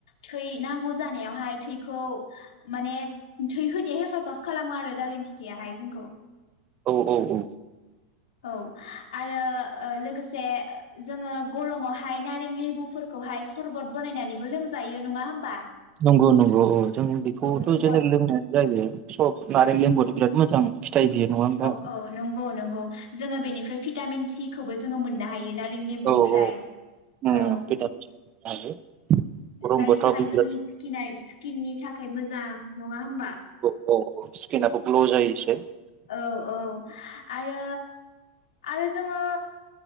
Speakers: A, on the left (about 85°); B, on the right (about 35°).
A: थै नांगौ जानायावहाय थैखौ माने थै होनायाव हेफाजाब खालामो आरो दालिम फिथाइयाहाय जोंखौ।
B: औ औ औ।
A: औ आरो लोगोसे जोङो गरमावहाय नारें लेबुफोरखौहाय सरबत बानायनानैबो लोंजायो नङा होमबा?
B: नंगौ नंगौ अ जों बेखौथ'
A: औ सरबत
B: जेनेर लोंनो जायो सब नारें लेबुआथ' बिराद मोजां। फिथाइ बियो नङा होमबा
A: औ औ नंगौ नंगौ। जोङो बेनिफ्राय भिटामिन सिखौबो जोङो मोननो हायो ना नारें लेबुनिफ्राय
B: औ औ उम
A: औ
B: भिटामिन सि मोननो हायो गरम
A: जायनि
B: बोथोराव
A: थाखाय
B: बे
A: जोंनि
B: बिराद
A: स्किना स्किननि थाखाय मोजां। नङा होमबा?
B: अ अ स्किनआबो ग्ल' जायोसो।
A: औ औ आरो आरो जोङो